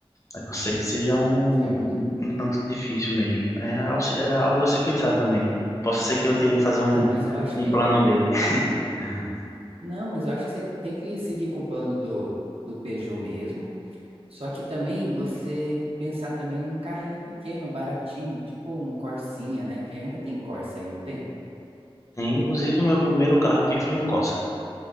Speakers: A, on the left; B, on the right.
A: A não ser que seja um,
B: certo.
A: um, um tanto difícil mesmo. É, ao é algo a se pensar também.
B: Ah,
A: Posso ser que eu tenha que fazer um,
B: ah, mas eu acho
A: um
B: que
A: plano B. <laughs>
B: Não, mas eu acho que você tem que seguir com o plano do, do Peugeot mesmo. Só que também você pensar também num carrinho pequeno, baratinho, tipo um Corsinha, né? Que ainda tem Corsa aí, não tem?
A: Inclusive, meu primeiro carro aqui foi um Corsa.